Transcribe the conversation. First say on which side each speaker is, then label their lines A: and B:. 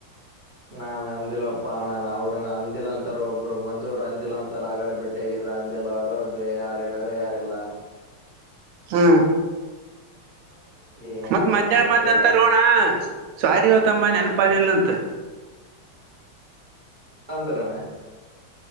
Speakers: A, on the right; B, on the right.
A: ನಾನ್ ಅಂದಿಲ್ಲಪ್ಪಾ ಅವ್ರ ಅಂದಿಲ್ಲ ಅಂತರ ಒಬ್ರು ಮಂಜ ಅವರ ಅಂದಿಲ್ಲ ಅಂತರ ಆಗಡೆ ಬಿಟ್ಟ. ತೆಗಿದ್ರ ಅಂದಿಲ್ಲ ಅವರುಯಾರ ಹೇಳ್ಯಾರ ಯಾರೆಲ್ಲ.
B: ಹ್ಮ್
A: <inaudible>
B: ಮತ್ ಮಧ್ಯಾಹ್ನ
A: ಗೊತ್ತಿಲ್ಲ
B: ಬಂದ ಅಂತರೋಣ ಸೊರ್ರಿಯೋ ತಮ್ಮ ನೆನಪಿಲ್ಲ
A: ಅ,
B: ಅಂತ.
A: ಅಂದ್ರೆನ.